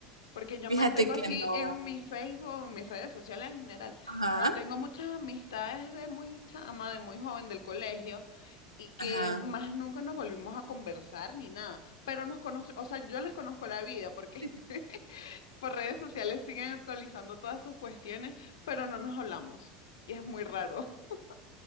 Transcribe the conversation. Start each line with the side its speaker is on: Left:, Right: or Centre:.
Left: Porque yo
Right: Fíjate
Left: mantengo
Right: que
Left: así
Right: no.
Left: en mi Facebook, en mis redes sociales en general,
Right: Ajá,
Left: mantengo muchas amistades de muy chama, de muy joven del colegio y que
Right: ajá.
Left: más nunca nos volvimos a conversar ni nada, pero nos conoce, o sea, yo les conozco la vida porque
Right: Sí, sí, sí.
Left: <laughs> por redes sociales siguen actualizando todas sus cuestiones, pero no nos hablamos y es muy raro. <laughs>